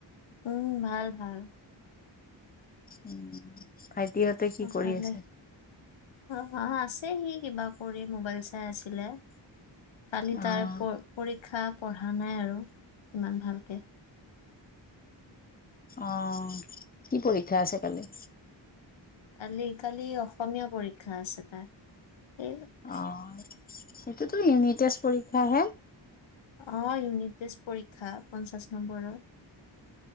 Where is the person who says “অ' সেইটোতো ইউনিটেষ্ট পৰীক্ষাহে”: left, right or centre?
Left